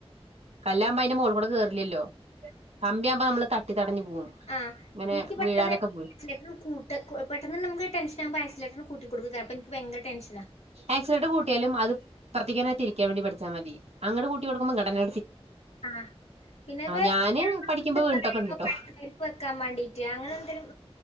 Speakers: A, on the right (about 80°); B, on the left (about 80°).
A: കല്ലാവ് മ്പോ അതിന്റെ മോൾ കൂടെ കേയറില്ലല്ലോ കമ്പിയാകുമ്പോ നമ്മള് തട്ടി തടഞ്ഞു പോവും
B: ആഹ
A: ഇങ്ങനെ
B: എനിക്ക് പെട്ടന്
A: വീഴാനൊക്കെ
B: ഐറ്റ
A: പോയി
B: കൂട്ട് പെട്ട നമുക്ക് ടെൻഷൻ ആകുമ്പോ ഐസലേറ്റർ കൂട്ടി കൊടുക്ക അപ്പ ന്ക്ക് ഭയങ്കര ടെൻ ഷൻ
A: ആക്സൈഡ് കൂട്ടിയാലും അത് ഇപ്പർത്തിക്കന്നെ തിരിക്കാൻ വേണ്ടി പഠിച്ചാൽ മതി അങ്ങടെ കൂട്ടി കൊടുക്ക്പോം ടന
B: ആഹ പിന്നെ ഇപ്പക്ക്
A: ഞാന്
B: <unintelligible>
A: പഠിക്കുമ്പോ വീണിട്ടൊക്കെ ഇണ്ട്ട്ടോ
B: വെക്കാൻ വേണ്ടീട്ട് അങ്ങനെ എന്തെങ്കലും